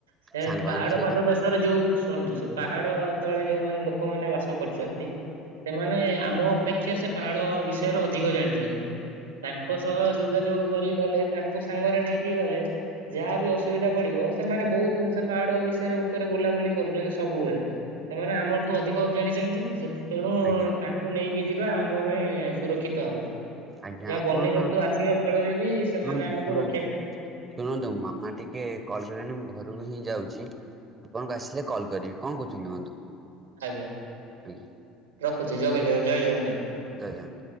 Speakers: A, on the right; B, on the right.
A: ସେ
B: ସାଙ୍ଗମାନଙ୍କ
A: ପାହାଡ଼
B: ସହିତ
A: ପାଦ ଦେଶରେ ଯୋଉ ଶୁଣନ୍ତୁ ସେ ପାହାଡ଼ ଯେତେଳେ ଯୋଉମାନେ ଲୋକମାନେ ବାସ କରୁଛନ୍ତି। ସେମାନେ ଆମ ଅପେକ୍ଷା ସେ ପାହାଳ ବିଷୟରେ ଅଧିକ ଜାଣିଛନ୍ତି। ତାଙ୍କ ସହ ଯୋଗାଯୋଗ କରି ଗଲେ ତାଙ୍କ ସାଙ୍ଗରେ ନେଇକି ଗଲେ ଯାହା ବି ଅସୁବିଧା ପଡିବ ସେମାନେ ବହୁତ ଜିନିଷ ପାହାଡ ବିଷୟରେ ଉପରେ ବୁଲାବୁଲି କରୁଛନ୍ତି ସବୁବେଳେ ସେମାନେ ଆମଠୁ ଅଧିକ ଜାଣିଛନ୍ତି। ତେଣୁ
B: ଆଜ୍ଞା
A: ତାଙ୍କୁ ନେଇକି ଯିବା ଆମ ପାଇଁ ସୁରକ୍ଷିତ ହବ।
B: ଆଜ୍ଞା
A: ଯ
B: ଆପଣ
A: ବନ୍ୟଜନ୍ତୁ ଆସିବା ଫଳରେ ବି ସେମାନେ
B: ଶୁଣନ୍ତୁ
A: ଆମକୁ
B: ଶୁଣନ୍ତୁ
A: ରଖ
B: ଶୁଣନ୍ତୁ ମାମା ଟିକେ କଲ କଲେଣି ମୁଁ ଘରକୁ ହିଁ ଯାଉଚି। ଆପଣଙ୍କୁ ଆସିଲେ କଲ କରିବି କଣ କହୁଛନ୍ତି ବନ୍ଧୁ
A: ଆଜ୍ଞା
B: ଆଜ୍ଞା
A: ରଖୁଛିୁ ଜଗେ ଜୟେ ଜଗନ୍ନାଥ।
B: ଜୟ ଜଗନ୍ନାଥ।